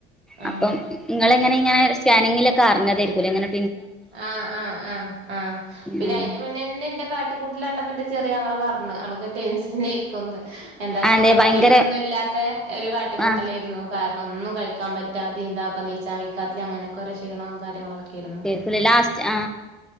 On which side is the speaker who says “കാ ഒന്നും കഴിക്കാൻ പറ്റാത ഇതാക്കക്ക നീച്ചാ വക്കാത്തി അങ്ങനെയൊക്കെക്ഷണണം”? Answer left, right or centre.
Right